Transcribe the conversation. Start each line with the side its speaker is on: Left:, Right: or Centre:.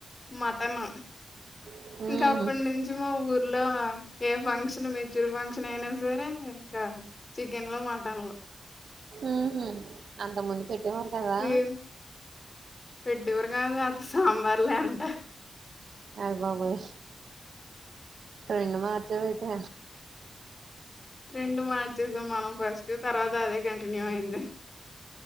Left: మటన్
Right: ఉహు
Left: ఇంకా అప్పటి నుంచి మా ఊర్లో ఏ ఫంక్షన్ మెచూ ఫంక్షన్ అయినా సరే ఇంకా చికెన్లు మటన్లు
Right: ఉమ్మా అంతకుముందు పెట్టేవారు కదా
Left: ఇవి పెట్టేవారు కాదు సాంబార్ లే అంత
Right: హాయ్ బాబోయ్ ట్రెండ్ మార్చారు అయితే
Left: రెండు మార్చేశాం మనం ఫస్ట్ తర్వాత అదే కంటిన్యూ అయింది